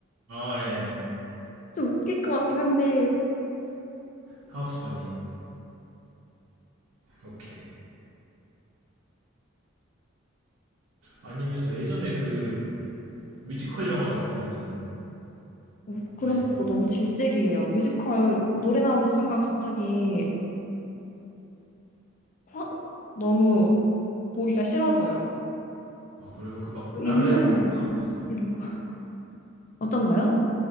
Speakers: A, on the right; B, on the left.
A: 아, 예.
B: 좀 웃길 것 같긴 한데
A: 하우스번이. 오케이. 아니면 저 예전에 그 뮤지컬 영화 같은 거는
B: 어, 그런
A: 많이 봤어요.
B: 것도 너무 질색이에요. 뮤지컬 노래 나오는 순간 갑자기 화, 너무 보기가 싫어져요.
A: 아, 그래요? 그 막 라라랜드
B: 인도 영화
A: 이거 안 보셨어요?
B: 이런 거 어떤 거요?